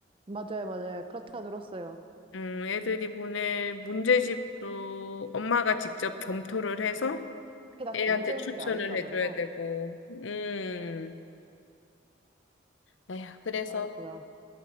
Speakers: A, on the right; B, on the left.
A: 맞아요, 맞아요. 그렇다 들었어요.
B: 음, 애들이 보낼 문제집도 엄마가 직접 검토를 해서
A: 이게 다
B: 애한테
A: 정해져
B: 추천을
A: 있는 게 아닌가
B: 해줘야
A: 봐요.
B: 되고, 음, 아휴, 그래서
A: 아이고야.